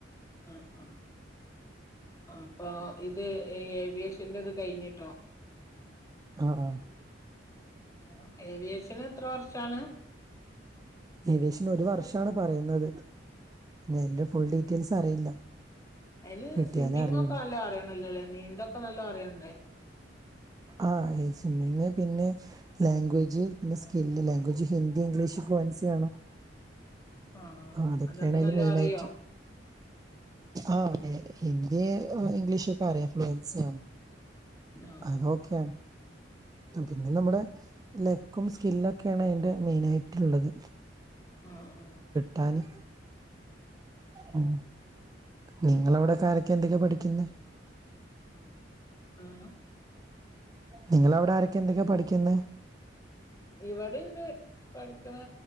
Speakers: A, on the left (about 20°); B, on the right (about 20°).
A: അഹ് ആഹ്. അപ്പൊ ഇത് ഈ ഏവിയേഷന്റെ ഇത് കഴിഞ്ഞിട്ടോ
B: ആഹ് ആഹ്.
A: എങ്ങനെ ഏവിയേഷന് എത്ര വർഷാണ്
B: ഏവിയേഷന് ഒരു വർഷ് ന്നാണ് പറയുന്നത്. ഇനി അയ്ന്റെ ഫുൾ ഡീറ്റെയിൽസ് അറിയില്ല.
A: അയ്ന്
B: കിട്ടിയാലേ
A: സിമ്മിംങ്ങൊക്കെ
B: അറിയുള്ളൂ
A: നല്ലോ അറിയണല്ലോലേ നീന്തൊക്കെ നല്ലോ അറിയണ്ടേ?
B: ആഹ് ഈ സിമ്മിങ് പിന്നെ ലാംഗ്വേജ് പിന്നെ skill language Hindi English fluency വേണം.
A: ആഹ്
B: ആ അതൊക്കെയാണ്
A: അതൊക്കെ
B: അതിൽ
A: നല്ലോ
B: മെയിൻ
A: അറിയോ?
B: ആയിട്ട് ആ ഹിന്ദി ഇംഗ്ലീഷൊക്കെ അറിയാം. ഫ്ലുവൻസി ആണ്.
A: ഇല്ല
B: അതോക്കെയാണ്. പിന്നെ നമ്മുടെ ലെക്കും സ്കില്ലൊക്കെയാണ് അയ്ന്റെ മെയിനായിട്ട്ള്ളത്.
A: ആഹ് അതെ
B: താന് ഉം നിങ്ങളവിടെക്കാരെക്കെ എന്തക്കെ പഠിക്കുന്നേ?
A: ഉം ആഹ്.
B: നിങ്ങളവിടെ ആരെക്കെ എന്തെക്കെ പഠിക്കുന്നേ?
A: ഇവിടീണ്ട് പഠിക്ക്ണേ